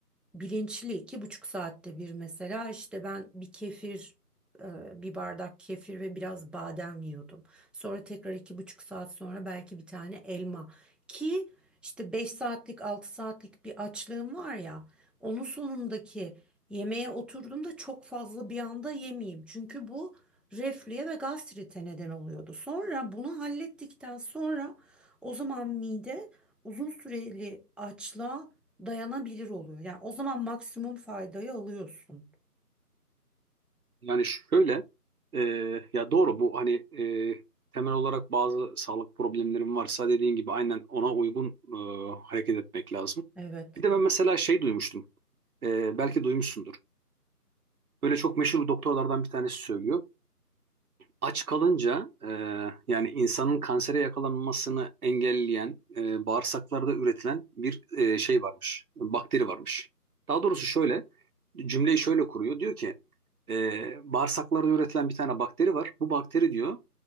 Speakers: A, in the centre; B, on the right (about 65°).
A: bilinçli iki buçuk saatte bir mesela işte ben bir kefir e, bir bardak kefir ve biraz badem yiyordum. Sonra tekrar iki buçuk saat sonra belki bir tane elma ki işte beş saatlik altı saatlik bir açlığım var ya onun sonundaki yemeğe oturduğumda çok fazla bir anda yemeyeyim. Çünkü bu reflüye ve gastrite neden oluyordu. Sonra bunu hallettikten sonra o zaman mide uzun süreli açlığa dayanabilir oluyor. Yani o zaman maksimum faydayı alıyorsun.
B: Yani şöyle, e, ya doğru bu hani e, temel olarak bazı sağlık problemlerim varsa dediğin gibi aynen ona uygun e, hareket etmek lazım.
A: Evet.
B: Bir de ben mesela şey duymuştum, e, belki duymuşsundur. Böyle çok meşhur doktorlardan bir tanesi söylüyor. Aç kalınca e, yani insanın kansere yakalanmasını engelleyen e, bağırsaklarda üretilen bir e, şey varmış, bakteri varmış. Daha doğrusu şöyle, cümleyi şöyle kuruyor. Diyor ki e, bağırsaklarda üretilen bir tane bakteri var. Bu bakteri diyor